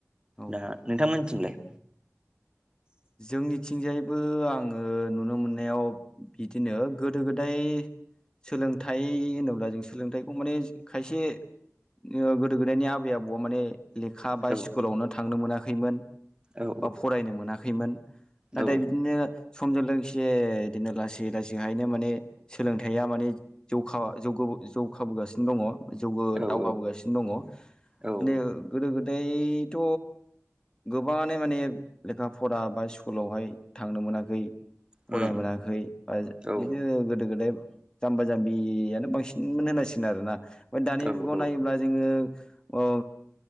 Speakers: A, on the left; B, on the right.
A: औ
B: दा नोंथांमोनथिंलाय?
A: जोंनिथिंजायबो आङो नुनो मोननायाव बिदिनो गोदो गोदाय सोलोंथाइ होनोब्ला जों सोलोंथाइखौ माने खायसे ओ गोदो गोदायनि आबै आबौआ माने लेखा बा
B: औ
A: स्कुलावनो थांनो मोनाखैमोन।
B: औ
A: बा फरायनो मोनाखैमोन नाथाय
B: औ
A: बिदिनो समजों लोगोसे इदिनो लासै-लासैहायनो माने सोलोंथाइया माने जौखा जौगोबो जौखाबोगासिनो दङ' जौगो
B: औ
A: दावगाबोगासिनो दङ'
B: औ
A: माने ओ गोदो गोदायथ' गोबाङानो माने लेखा फरा बा स्कुलावहाय थांनो मोनाखै फराय
B: उम
A: मोनाखै बा
B: औ
A: बिदिनो गोदो गोदाय जाम्बा जाम्बियानो बांसिनमोन होनांसिगोन आरोना ओमफ्राय दानि
B: औ
A: जुगाव
B: औ
A: नायोब्ला जोङो अ